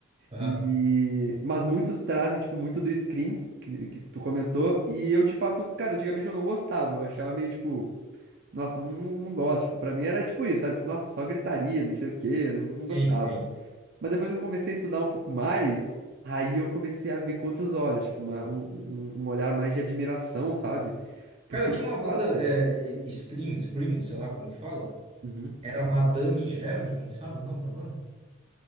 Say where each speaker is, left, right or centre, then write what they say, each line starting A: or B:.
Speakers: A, on the right (about 30°); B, on the right (about 50°).
A: Aham.
B: E... Mas muitos trazem, tipo, muito do screen que, que tu comentou. E eu, de fato, cara, antigamente eu não gostava. Eu achava meio, tipo, nossa, não, não não gosto. Tipo, pra mim era tipo isso, sabe? Tipo, nossa, só gritaria, não sei o quê, não, não
A: Sim,
B: gostava.
A: sim.
B: Mas depois que eu comecei a estudar um pouco mais, aí eu comecei a ver com outros olhos, tipo, uma- um, um, um olhar mais de admiração, sabe? Porque,
A: Cara, tinha
B: de
A: uma
B: fato.
A: banda, é, Scream, Scream, sei lá como fala.
B: Uhum.
A: Era Madame Germe, quem sabe o nome da banda?